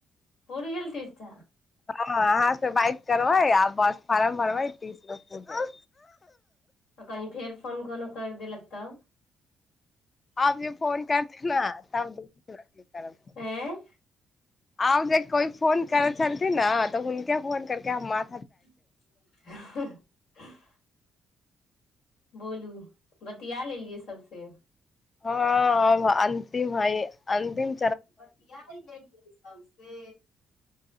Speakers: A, on the left (about 80°); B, on the left (about 30°).
A: पूर गेल तीर्थ
B: हाँ अहाँ से बाइक करबै आ बस फार्म भरबै तीस गो
A: आ कहीं फेर फोन कोनो कर देलक तब
B: आब जे फोन करथि न तब देखब की करब हम
A: ऐं
B: आब जे कोइ फोन करै छलथिन ने तऽ हुनके फोन करके हम मा
A: ह। बोलू बतिया लेलियै सबसे
B: हँ अन्तिम हइ अंतिम।
A: बतिया गेलियै सब। से